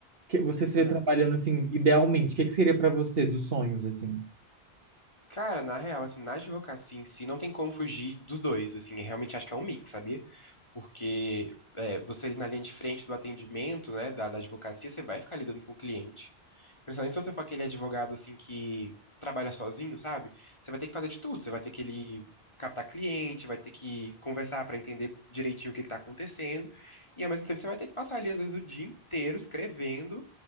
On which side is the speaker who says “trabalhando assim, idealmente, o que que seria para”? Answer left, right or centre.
Right